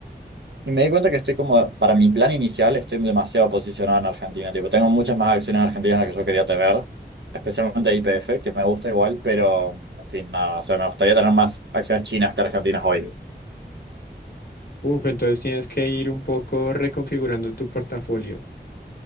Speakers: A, on the right; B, on the left.
A: Y me di cuenta que estoy como, para mi plan inicial, estoy demasiado posicionado en Argentina. Tipo, tengo muchas más acciones argentinas de las que yo quería tener, especialmente YPF, que me gusta igual, pero, en fin, nada, o sea, me gustaría tener más acciones chinas que argentinas hoy.
B: Uf, entonces tienes que ir un poco reconfigurando tu portafolio.